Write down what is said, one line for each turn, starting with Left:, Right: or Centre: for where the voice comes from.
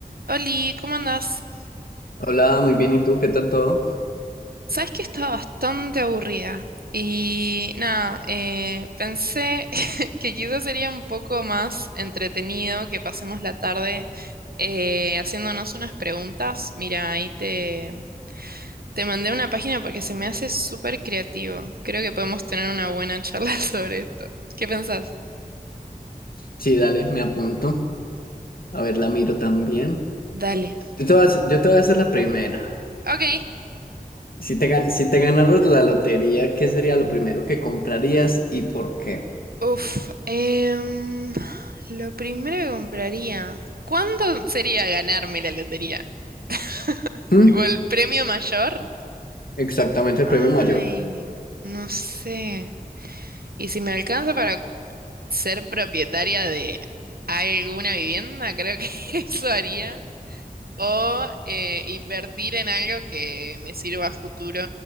Right: Oli, ¿cómo andás?
Left: Hola, muy bien. ¿Y tú? ¿Qué tal todo?
Right: Sabes que estaba bastante aburrida y nada, eh, pensé <laughs> que quizás sería un poco más entretenido que pasemos la tarde eh, haciéndonos unas preguntas. Mira, ahí te, te mandé una página porque se me hace súper creativo. Creo que podemos tener una buena charla <laughs> sobre esto. ¿Qué pensás?
Left: Sí, dale, me apunto. A ver, la miro también.
Right: Dale.
Left: Yo te voy a hacer, yo te voy a hacer la primera.
Right: Ok,
Left: Si te, gan- si te ganaras la lotería, ¿qué sería lo primero que comprarías y por qué?
Right: Uf, em, lo primero que compraría, ¿cuánto sería ganarme la lotería? <laughs>
Left: ¿Mm?
Right: Tipo el premio mayor.
Left: Exactamente el
Right: Ay,
Left: premio mayor.
Right: no sé. Y si me alcanza para ser propietaria de alguna vivienda, creo que <laughs> eso haría. O eh, invertir en algo que me sirva a futuro,